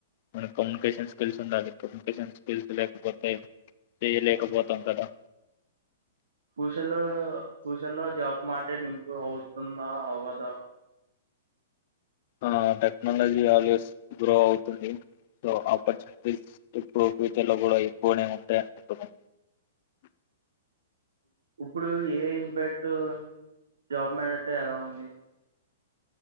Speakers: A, on the left; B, on the right.
A: మనకి కమ్యూనికేషన్ స్కిల్స్ ఉండాలి ఇప్పుడు కమ్యూనికేషన్ స్కిల్స్ లేకపోతే చేయలేకపోతాం కదా
B: ఫ్యూచర్ ఫ్యూచర్ లో జాబ్ మార్కెట్ ఇంప్రూవ్ అవుతుందా అవ్వదా
A: ఆ టెక్నాలజీ ఆల్వేస్ గ్రో అవుతుంది సో ఆపర్చునిటీస్ ఇప్పుడు ఫ్యూచర్ లో కూడా ఎక్కువనే ఉంటాయంటాకద
B: ఇప్పుడు ఏఐ ఇంపాక్ట్ జాబ్ మీదట ఎలా ఉంది